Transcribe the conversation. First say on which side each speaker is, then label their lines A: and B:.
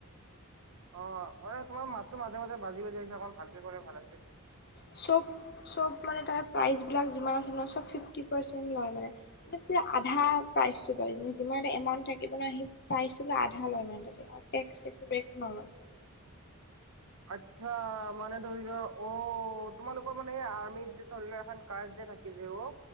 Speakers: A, on the right; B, on the left.
A: অ মানে তোমাৰ মাতটো
B: <unintelligible>
A: মাজে মাজে বাজি বাজি আহিছে অকণ ভালকে ভাল আছে।
B: <inaudible> চব চব মানে তাত প্ৰাইজ বিলাক যিমান আছে নহয়। চব ফিফটি পাৰ্চেন্ট লয় মানে পুৰা আধা প্ৰাইচটো লয় মানে যিমান এটা এমাউণ্ট থাকিব নহয়। সেই প্ৰাইচটো পোৰা আধা লয় ইমানে তাতে ছেক্সচি বেক নলৌ
A: আচ্ছা মানে ধৰি লোৱা অ' তোমালোকৰ মানে আৰ্মিত যে ধৰি লোৱা। এখন কাৰ্ড যে থাকে যে। অ'